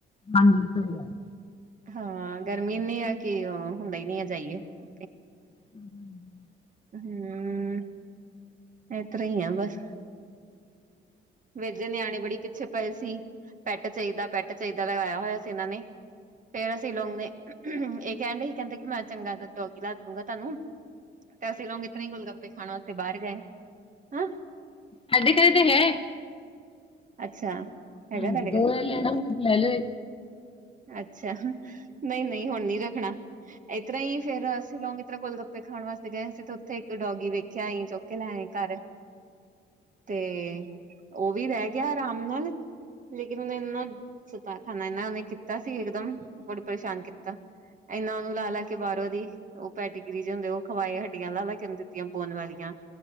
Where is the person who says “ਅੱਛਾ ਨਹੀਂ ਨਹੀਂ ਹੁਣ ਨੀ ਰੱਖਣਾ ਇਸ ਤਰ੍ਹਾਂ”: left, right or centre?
Right